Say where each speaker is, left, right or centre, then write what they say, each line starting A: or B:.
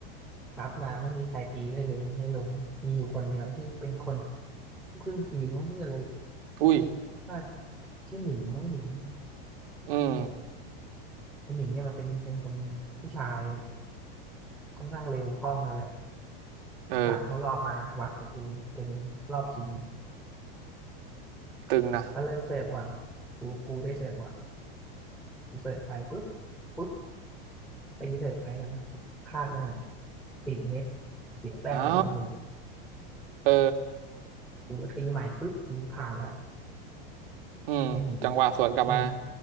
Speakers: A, in the centre; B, on the right (about 60°).
A: ครับมาไม่มีใครตีได้เลยไม่ลงมีอยู่คนเดียวที่เป็นคนลูกครึ่งจีนมั้งชื่ออะไร
B: อุ้ย
A: น่าชื่อหมิงน้องหมิง
B: อืม
A: คุณหมิงเนี่ยมันเป็นเป็นคนผู้ชายค่อนข้างเร็วคล่องเลยแหละ
B: เออ
A: ผ่านเข้ารอบมาวัดกับกูเป็นรอบชิง
B: ตึงนะ
A: ก็เริ่มเสิร์ฟก่อนกูกูได้เสิร์ฟก่อนกูเสิร์ฟไปปุ๊บปุ๊บตีเสิร์ฟไปทั้งพลาดไปหน่อยติดเน็ตเสียแต้มไปรอบหนึ่ง
B: เอ้าเออ
A: กูก็ตีใหม่ปุ๊บทีนี้ผ่านละ
B: อืมจังหวะสวนกลับมา
A: ไอหมิงไอหมิง